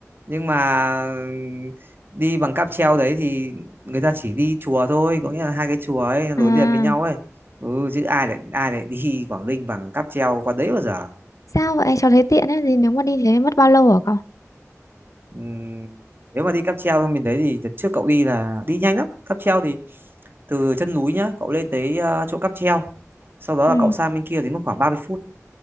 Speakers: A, on the right; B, on the left.
A: nhưng mà ừ, đi bằng cáp treo đấy thì người ta chỉ đi chùa thôi có nghĩa là hai cái chùa ấy nối
B: À,
A: liền với nhau ấy ừ, chứ ai lại ai lại <laughs> đi Quảng Ninh bằng cáp treo qua đấy bao giờ
B: Sao vậy? Cháu thấy tiện ấy. Thì nếu mà đi thế mất bao lâu hả cậu?
A: ừ, nếu mà đi cáp treo bên mình đấy thì đợt trước cậu đi là đi nhanh lắm cáp treo thì từ chân núi nhá cậu lên tới ờ, chỗ cáp treo sau đó
B: Ừ.
A: là cậu sang bên kia thì mất khoảng 30 phút